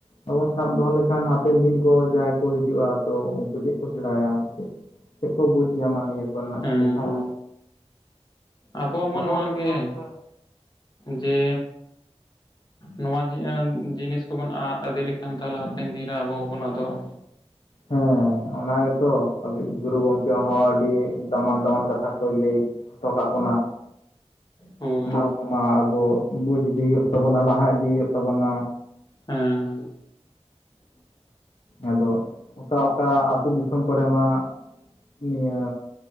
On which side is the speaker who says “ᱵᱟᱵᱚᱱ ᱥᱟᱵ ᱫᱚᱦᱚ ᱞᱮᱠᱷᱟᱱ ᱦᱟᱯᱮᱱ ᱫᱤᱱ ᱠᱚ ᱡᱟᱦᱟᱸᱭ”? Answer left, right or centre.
Left